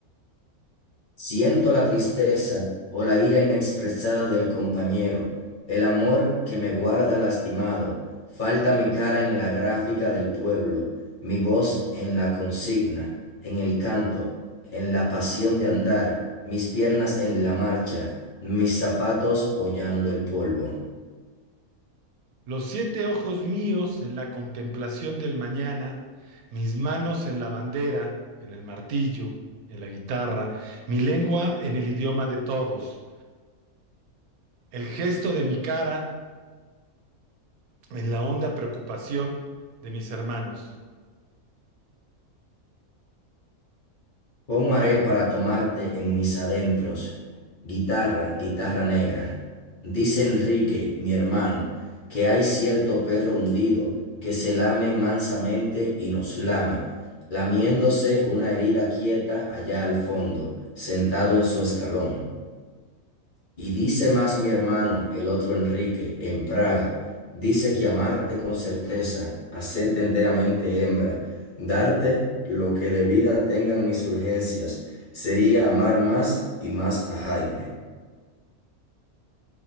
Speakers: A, on the left (about 40°); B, on the right (about 80°).
A: Siento la tristeza o la ira inexpresada del compañero, el amor que me guarda lastimado, falta mi cara en la gráfica del pueblo, mi voz en la consigna, en el canto, en la pasión de andar, mis piernas en la marcha, mis zapatos hollando el polvo.
B: Los siete ojos míos en la contemplación del mañana, mis manos en la bandera, en el martillo, en la guitarra, mi lengua en el idioma de todos, el gesto de mi cara. en la honda preocupación de mis hermanos,
A: ¿Cómo haré para tomarte en mis adentros? Guitarra, guitarra negra. Dice Enrique, mi hermano, que hay cierto perro hundido que se lame mansamente y nos lame, lamiéndose una herida quieta allá al fondo, sentado en su escalón. Y dice más mi hermano, el otro Enrique, en Praga, dice que amarte con certeza, hacerte enteramente hembra, darte lo que de vida tengan mis urgencias, sería amar más y más a Jaime.